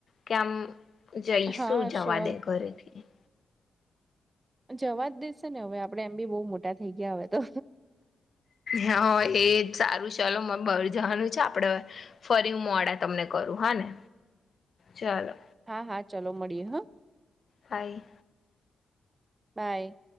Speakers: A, on the left; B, on the right.
A: કે આમ જઈ
B: હા
A: શું જવા
B: શ્યોર
A: દે ઘરેથી.
B: જવા જ દેશે ને હવે આપડે એમ બી બહુ મોટા થઈ ગયા હવે તો.
A: હા એજ સારું ચલો મન બાર જવાનું છે આપણે. ફરી હું મોડા તમને કરું હા ને! ચાલો.
B: હા હા ચાલો મળીએ હો!
A: હાય
B: બાય